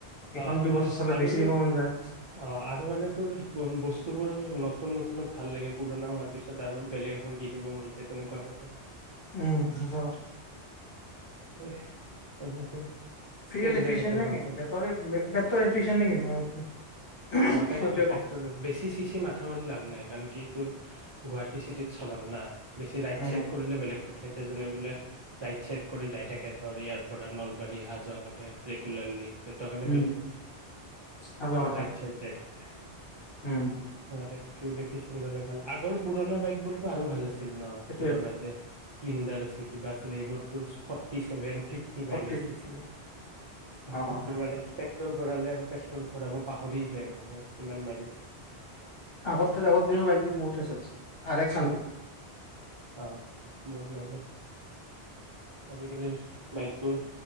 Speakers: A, on the left; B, on the right.
A: এইখন
B: অ অ
A: দুবছৰ চলিলে
B: আৰু
A: বেছি
B: তোৰ
A: দিব মন যায়।
B: অ', আৰু মানে তোৰ বৰ-বস্তুবোৰ নতুন-নতুনত ভাল লাগে। পুৰণা হোৱাৰ পিছত আৰু বেলেগ এখন কিনিব মন যায়। তেনেকুৱা হয় না।
A: উম, সঁচা কথা।
B: এহ মানে তোৰ
A: ফিউল
B: চেঞ্জ
A: এফিছিয়েন্ট
B: হৈ থাকে মনটো
A: এ কিন, বেটৰীৰ উম, পেট্ৰ'ল এফিছিয়েন্ট এ কিন অ, যদি উহ্হ ম‌ই
B: অ তাকেতো
A: সেইটোৱে
B: পেট্ৰল
A: কম।
B: বেছি চিচি মাথা মাৰি লাভ নাই কাৰণ কি তোৰ গুৱাহাটী চিটিত চলাম না। বেছি ৰাইড-চাইট
A: উম
B: কৰিলে বেলেগ কথা, এতিয়া জোনে বোলে ৰাইড চাইট এতেকে, ধৰ ইয়াৰ পৰা নলবাৰী অহা-যোৱা কৰে ৰেগুলাৰলি। সিহঁতৰ কাৰণে
A: উম
B: বেলেগ কথা,
A: সঁচা কথা
B: ৰাইড-চাইট যাই থাকে
A: উম
B: সিহঁতে ফিউল এফিচিয়েন্ট হ'লে ভাল, আগৰ পুৰণা বাইকবোৰতহ আৰু ভাল আছি ছিল ন'
A: সেইটোৱে
B: পুৰণা যে স্প্লিনডাৰ আছিল, কিবা আছিল সেইবোৰটো forty seven fifty
A: forty
B: mileage দিছিলে,
A: অ
B: সেইটোৰ মানে পেট্ৰ'ল ভৰালে আৰু পেট্ৰ'ল ভৰাব পাহৰিয়েই যায় মানুহে, ইমান মাইলেজ দি
A: আগতে আগৰ দিন বাইকবোৰ বহুতে চলিছিল আঢ়াই
B: ভাল, অ', বহুত মাইলেজ আজিকালিৰ বাইকবোৰ